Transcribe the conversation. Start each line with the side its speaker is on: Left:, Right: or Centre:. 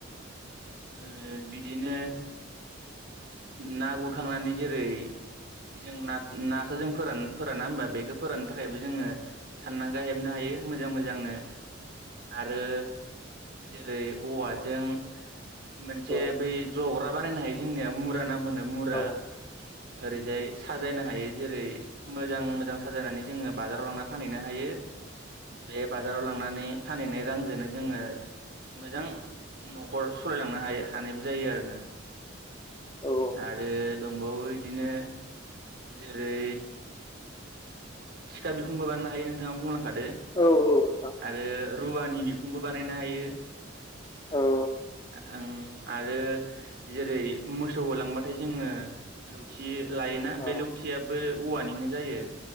Right: <inaudible> ओ बिदिनो ना गुरखांनानै जेरै जों नाग- नाखौ जों फोरान-फोराना होमबा बेखौ फोराननो थाखायबो जोङो साननांगा हेबनो हायो मोजां मोजांनो। आरो जेरै औवाजों मोनसे
Left: औ
Right: बै ज'ग्रा बानायनो हायो जोंनिया मुरा नाम होनो मुरा
Left: औ
Right: ओरैजाय साजायनो हायो जेरै- मोजां मोजां साजायनानै जोङो बाजाराव लांनानै फानहैनो हायो। बे बाजाराव लांनानै फानहैनाय रांजोंनो जोङो मोजां न'खर सालायलांनो हा- हानायबो जायो आरोना।
Left: औ
Right: आरो दंबावो बिदिनो जेरै सिखा बिखुंबो बानायनो हायो नोंथा बुंलांखादो
Left: औ नोंथां
Right: <inaudible> आरो रुवानि बिखुंबो बानायनो हायो।
Left: औ
Right: आं आरो जेरै मोसौ होलांबाथाय जोङो लौथि लायोना
Left: औ
Right: बे लौथियाबो औवानिनो जायो।